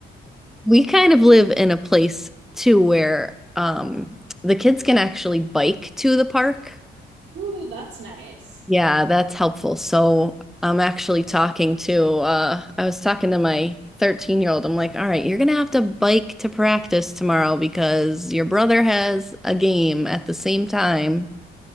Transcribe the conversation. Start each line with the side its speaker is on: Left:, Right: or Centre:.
Centre: We kind of live in a place too where um the kids can actually bike to the park.
Right: Ooh, that's nice.
Centre: Yeah, that's helpful. So I'm actually talking to uh I was talking to my 13 year old. I'm like, all right, you're gonna have to bike to practice tomorrow because your brother has a game at the same time.